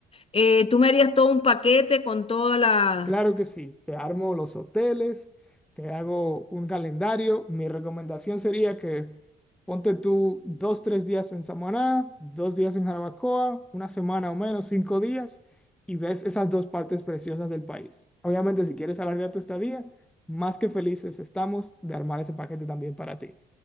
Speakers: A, on the left (about 35°); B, in the centre.
A: eh, tú me harías todo un paquete con todas las?
B: Claro que sí, te armo los hoteles, te hago un calendario. Mi recomendación sería que ponte tú dos, tres días en Samaná, dos días en Jarabacoa, una semana o menos, cinco días, y ves esas dos partes preciosas del país. Obviamente, si quieres alargar tu estadía, más que felices estamos de armar ese paquete también para ti.